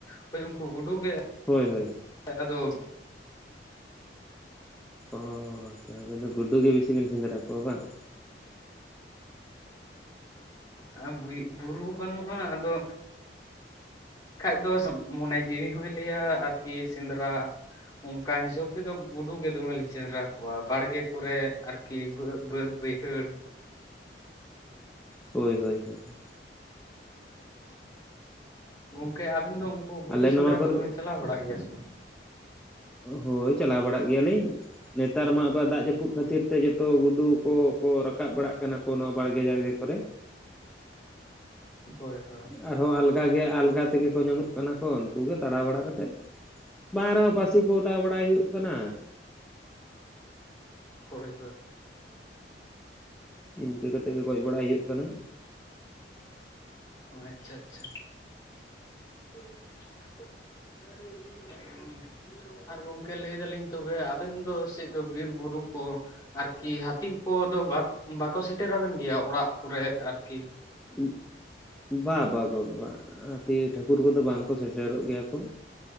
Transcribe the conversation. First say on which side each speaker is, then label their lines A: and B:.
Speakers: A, on the left; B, in the centre.
A: ᱦᱳᱭ ᱩᱱᱠᱩ ᱜᱩᱰᱩ ᱜᱮᱼᱼ
B: ᱦᱳᱭ ᱦᱳᱭ ᱦᱳᱭ᱾
A: ᱟᱫᱚᱼᱼ
B: ᱚᱻ ᱛᱟᱵᱤᱱ ᱫᱚ ᱜᱩᱰᱩ ᱜᱮ ᱵᱤᱥᱤ ᱵᱤᱱ ᱥᱮᱸᱽᱨᱟ ᱠᱚᱣᱟ ᱵᱟᱝ?
A: ᱟᱸ ᱵᱩᱭ ᱵᱩᱨᱩ ᱵᱟᱹᱱᱩᱜᱼᱟ ᱟᱫᱚᱼᱼ ᱠᱷᱟᱡ ᱫᱚ ᱢᱚᱱᱮ ᱡᱤᱣᱤ ᱦᱚᱸᱭ ᱞᱟᱹᱭᱟ ᱟᱨᱠᱤ ᱥᱮᱸᱫᱽᱨᱟ᱾ ᱚᱝᱠᱟ ᱦᱤᱥᱟᱹᱵ ᱛᱮᱫᱚ ᱜᱩᱰᱩ ᱜᱮ ᱫᱚᱢᱮᱞᱤᱧ ᱥᱮᱸᱽᱨᱟ ᱠᱚᱣᱟ ᱵᱟᱲᱜᱮ ᱠᱚᱨᱮ ᱟᱨᱼᱼ ᱠᱤ ᱵᱟᱹ ᱵᱟᱹᱫᱽ ᱵᱟᱹᱭᱦᱟᱹᱲᱼᱼ
B: ᱦᱳᱭ ᱦᱳᱭ ᱦᱳᱭ ᱦᱳᱭ᱾
A: ᱜᱚᱝᱠᱮ ᱟᱵᱤᱱ ᱫᱚ ᱩᱝᱠᱩ ᱜᱩᱰᱩ
B: ᱟᱞᱮ
A: ᱥᱮᱸᱫᱽᱨᱟ
B: ᱱᱚᱣᱟ ᱠᱚᱨᱮ
A: ᱠᱚᱫᱚ
B: ᱫᱚ
A: ᱵᱤᱱ ᱪᱟᱞᱟᱣ ᱵᱟᱲᱟᱜ ᱜᱮᱭᱟ ᱥᱮ ᱵᱟᱝ?
B: ᱦᱳᱭ ᱪᱟᱞᱟᱣ ᱵᱟᱲᱟᱜ ᱜᱮᱭᱟᱞᱤᱧ, ᱱᱮᱛᱟᱨ ᱢᱟ ᱟᱵᱟᱨ ᱫᱟᱜ ᱡᱟᱯᱩᱼᱼ ᱡᱟᱯᱩᱜ ᱠᱷᱟᱛᱤᱨ ᱛᱮ ᱡᱚᱛᱚ ᱜᱩᱰᱩ ᱠᱚᱠᱚ ᱨᱟᱠᱟᱵ ᱵᱟᱲᱟᱜ ᱠᱟᱱᱟ ᱠᱚ ᱱᱚᱣᱟ ᱵᱟᱲᱜᱮ ᱡᱟᱲᱜᱮ ᱠᱚᱨᱮᱼᱼ
A: ᱦᱳᱭ ᱦᱳᱭ ᱾
B: ᱟᱨᱦᱚ ᱟᱞᱜᱟ ᱜᱮᱭᱟ ᱟᱞᱜᱟ ᱛᱮᱜᱮ ᱠᱚ ᱧᱟᱢᱚᱜ ᱠᱟᱱᱟ ᱠᱚ ᱩᱱᱠᱩ ᱜᱮ ᱛᱟᱲᱟᱣ ᱵᱟᱲᱟ ᱠᱟᱛᱮᱫ ᱵᱟᱝ ᱨᱮᱦᱚᱸ ᱯᱟᱥᱼᱼ ᱪᱤ ᱠᱚ ᱚᱰᱟᱣ ᱵᱟᱲᱟᱭ ᱦᱩᱭᱩᱜ ᱠᱟᱱᱟ ᱾
A: ᱦᱳᱭ ᱦᱳᱭ ᱾
B: ᱤᱱᱠᱟᱹ ᱠᱟ ᱠᱟᱛᱮ ᱜᱮ ᱜᱚᱡ ᱵᱟᱲᱟᱭ ᱦᱳᱭᱳᱜ ᱠᱟᱱᱟ ᱾
A: ᱚ ᱟᱪᱪᱷᱟ ᱟᱪᱪᱷᱟ᱾ <unintelligible> ᱟᱨ ᱜᱚᱝᱠᱮ ᱞᱟᱹᱭ ᱫᱟᱞᱤᱧ ᱛᱚᱵᱮ ᱟᱵᱮᱱ ᱫᱚ ᱥᱮᱫ ᱫᱚ ᱵᱤᱨ ᱵᱩᱨᱩ ᱠᱚ ᱟᱨᱠᱤ ᱦᱟᱹᱛᱤ ᱠᱚᱫᱚ ᱵᱟᱠᱚ ᱥᱮᱴᱮᱨᱵᱮᱱ ᱜᱮᱭᱟ, ᱚᱲᱟᱜ ᱠᱚᱨᱮ ᱟᱹᱨᱠᱤ?
B: <unintelligible> ᱵᱟ ᱵᱟ ᱵᱟ ᱦᱟᱹᱛᱤ ᱴᱷᱟᱹᱠᱩᱨ ᱠᱚᱫᱚ ᱵᱟᱝ ᱠᱚ ᱥᱮᱴᱮᱨᱚᱜ ᱜᱮᱭᱟ ᱠᱚ᱾